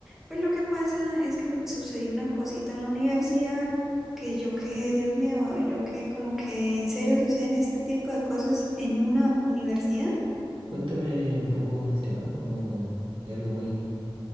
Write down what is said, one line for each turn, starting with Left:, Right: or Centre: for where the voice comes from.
Centre: Pues lo que pasa es que me sucedió una cosita en la universidad que yo que, Dios mío, yo que como que en serio suceden este tipo de cosas en una universidad.
Right: cuéntame un poco el tema, como es algo muy,